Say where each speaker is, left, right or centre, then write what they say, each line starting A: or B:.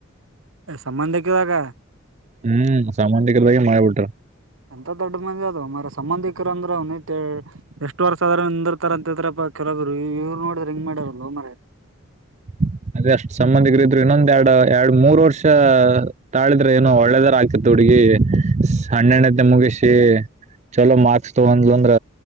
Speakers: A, on the right; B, on the right.
A: ಸಂಬಂಧಕ್ಕಿದಾಗ
B: ಹ್ಮ್ ಸಾಮಾನ್ಯಿಕರದಾಗೆ ಮಾಡ್ಬಿಟ್ರ
A: ಎಂತ ದೊಡ್ಡ ಮಂದಿ ಅದು ಮ್ರ ಸಂಬಂಧಿಕರ ಅಂದ್ರ ಅವ್ನ ಎಷ್ಟು ವರ್ಷ ಆದ್ರ ನಿಂದಿರ್ತಾರಂತಿದ್ರ ಕೆಲವರು ಇವ್ರು ನೋಡ್ರ ಹೆಂಗ ಮಾಡಾರಲ್ಲ ಮರ
B: <inaudible> ಅದ ಅಷ್ಟು ಸಂಬಂಧಿಗರ ಇದ್ರು ಇನ್ನೊಂದ ಎರಡು ಎರಡು ಮೂರ್ ವರ್ಷ ತಾಳಿದ್ರೆ ಏನೋ ಒಳ್ಳೆದರ ಆಗ್ತಿತ್ತು ಹುಡುಗಿ. ಹ ಹಣ್ಣೆಣ್ಣತ್ತ ಮುಗಿಸಿ ಚಲೋ ಮಾರ್ಕ್ಸ್ ತಗೊಂಡ್ ಅಂದ್ರ